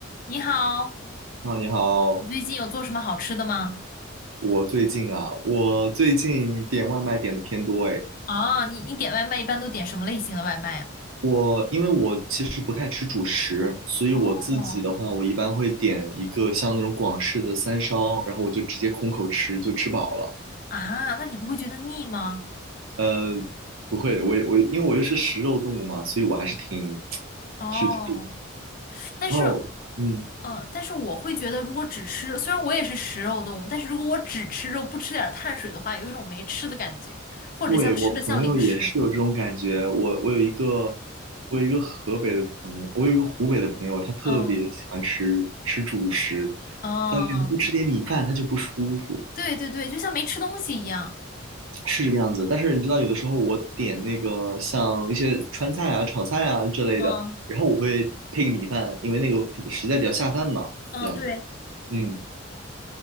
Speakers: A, on the left; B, on the right.
A: 你好，
B: 你好，你好，
A: 你最近有做什么好吃的吗？
B: 我最近啊，我最近点外卖点的偏多诶。
A: 啊，你你点外卖一般都点什么类型的外卖呀？
B: 我因为我其实不太吃主食，所以我自己的话，
A: 哦，
B: 我一般会点一个像那种广式的三烧，然后我就直接空口吃，就吃饱了。
A: 啊，那你不会觉得腻吗？
B: 呃，不会，我我因为我又是食肉动物嘛，所以我还是挺 <tsk>
A: 哦，
B: 是，是
A: 但是，
B: 然后嗯。
A: 嗯、但是我会觉得，如果只吃，虽然我也是食肉动物，但是如果我只吃肉，不吃点儿碳水的话，有一种没吃的感觉，或者像吃的像零食。
B: 对，我朋友也是有这种感觉。我我有一个，我有一个河北的朋友，我有一个湖北的朋友，他特别喜欢吃吃主食，
A: 嗯嗯，
B: 但是不吃点米饭他就不舒服，
A: 对对对，就像没吃东西一样。
B: 是这个样子。但是你知道，有的时候我点那个像一些川菜啊、炒菜啊之类的，
A: 嗯
B: 然后我会配个米饭，因为那个比实在比较下饭嘛，
A: 嗯，
B: 这样子。
A: 对。
B: 嗯